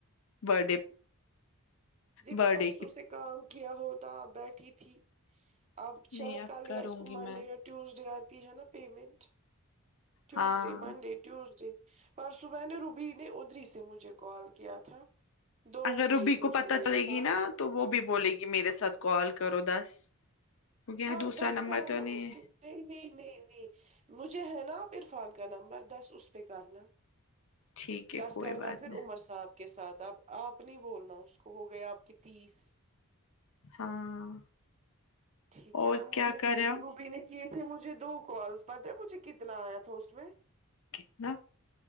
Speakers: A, on the left; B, on the right.
A: بر ڈے
B: دیکھو
A: برتھ
B: پرسوں
A: ڈے کی
B: سے کام کیا ہوتا بیٹھی تھی اب شاید
A: نہیں اب
B: کل
A: کروں
B: یا اس کو
A: گی
B: منڈے
A: میں
B: یا ٹیوزڈے آتی ہے نا پیمنٹ ٹیوزڈے
A: ہاں
B: منڈے ٹیوزڈے پر صبح نے روبی نے ادری سے مجھے کال کیا تھا دو
A: اگر
B: کیے
A: روبی
B: تھے
A: کو
B: اس
A: پتہ
B: نے میرے
A: چلے
B: ساتھ
A: گی نا تو وہ بھی بولے گی میرے ساتھ کال کرو دس کیونکہ یہاں
B: ہاں
A: دوسرا
B: دس
A: نمبر
B: کرو
A: تو
B: نا
A: نہیں
B: اس
A: ہے
B: کے نہیں نہیں نہیں نہیں مجھے ہے نا آپ عرفان کا نمبر دس اس پہ کرنا
A: ٹھیک ہے
B: دس
A: کوئی
B: کرنا
A: بات
B: پھر
A: نہیں
B: امر صاب کے ساتھ اب آپ نہیں بولنا اس کو ہو گیا آپ کی تیس
A: ہاں
B: ٹھیک
A: اور
B: ہے نا مجھے
A: کیا کر رہے ہو
B: روبی نے کیے تھے مجھے دو کالس پتہ مجھے کتنا آیا تھا اس میں
A: ک نہ